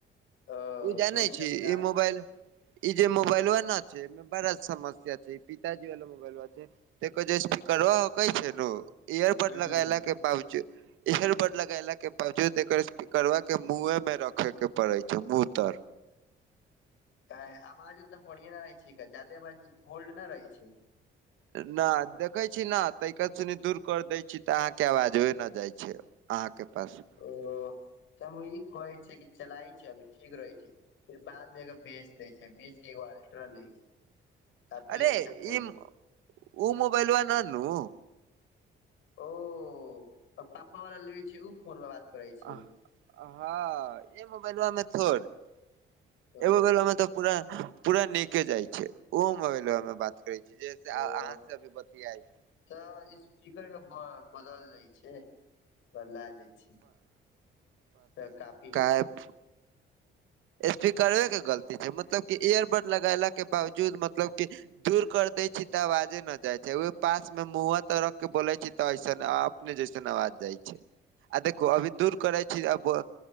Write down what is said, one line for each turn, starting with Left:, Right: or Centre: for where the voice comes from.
Left: ओ
Right: तु जानय
Left: तऽ ओहि
Right: छी
Left: सब न
Right: ई मोबाइल ई जे मुबाइलवा न छै ई मे बड़ा समस्या छै, ई पिताजी वाला मुबाइलवा छीयै। त ऐकर जे स्पीकरो हकै छै नू इयरबड
Left: ह्म
Right: लगायला के बाबजू इयर बर्ड लगैला के बावजूद एकर स्पीकरवा के मुँहे मे रखे के पड़े छै मुँह तर।
Left: काहे आवाज उतना बढ़िया न रहै छै एकर जादे आवाज होल्ड न रहै छै।
Right: न देखै छीयै न ताके सुनि दूर कर दै छीयै तऽ अहाँके आवाजवै न जाइ छै। अहाँके पास
Left: ओ तऽ हम ई कहै छीयै कि चलाइ छी अभी ठीक रहै छै। फेर बाद मे एकरा बेच दे छीयै, बेच के एगो अल्ट्रा ले छीयै, काफी
Right: अरे
Left: अच्छा
Right: ई
Left: फोन होय छै।
Right: उ मुबाईलवा ना न उ
Left: ओ त पप्पा वला लेबै छीयै उ फोन पर बात करै छै
Right: अह अ हां ई मुबाइलवा मे छोड़ एगो
Left: ओ
Right: मुबाइलवा मे त पूरा-पूरा नीके जाय छै, उहो मोबइलवा मे बात करै छीयै जे से
Left: ओ
Right: आर अहाँ से अभी बतियाय छी।
Left: तऽ स्पीकर के ब बदल जाए छै। बदलाए जाए छै तऽ काफी
Right: ऐप। स्पीकरवे के गलती छै मतलब की इयरबड लगेला के बावजूद मतलब की दूर कर देै छी तऽ आवाजे न जाए छै, उहे पास मे मुहां तर रख के बोले छी तऽ ऐसन आब अपने जैसन अवाज जाए छै आ देखु अभी दूर करै छी अ बौ